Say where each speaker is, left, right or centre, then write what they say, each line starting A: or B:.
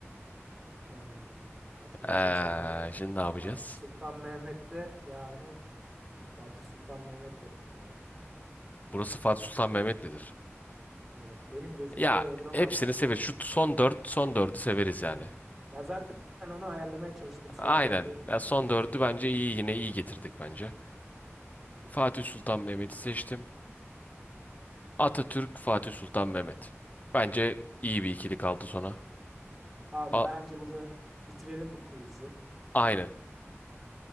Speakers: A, in the centre; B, on the left.
A: Eee, Atilla'yı
B: Eee,
A: çok severim ama
B: şimdi ne yapacağız?
A: Fatih Sultan Mehmet de yani Fatih Sultan Mehmet derim buraya.
B: Burası Fatih Sultan Mehmet midir?
A: Evet benim gözümde
B: Ya
A: öyledir ama
B: hepsini
A: Atilla
B: severiz. Şu son dört, son dördü severiz yani.
A: aynı. Ya zaten onu ayarlamaya çalıştım son
B: Aynen.
A: dördü.
B: Ya son
A: Böyle
B: dördü
A: bir şekilde.
B: bence
A: ayarladım.
B: iyi yine iyi getirdik bence. Fatih Sultan Mehmet'i seçtim. Atatürk, Fatih Sultan Mehmet. Bence iyi bir ikili kaldı sona.
A: Abi
B: A-
A: bence burada bitirelim bu quiz'i.
B: aynen.